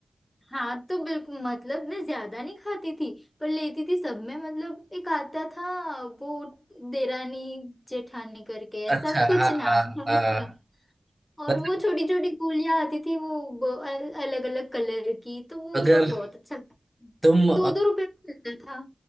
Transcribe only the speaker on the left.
हाँ तो बिल्कुल मतलब मैं ज्यादा नहीं खाती थी पर लेती थी सब में मतलब एक आता था वो देरानी जेठानी करके
ऐसा कुछ
नाम
था उसका
और
वो छोटी छोटी गोलियां आती थी वो अलग अलग कलर की तो वो
सब बहुत अच्छा लगता था
दो दो रुपए में मिलता था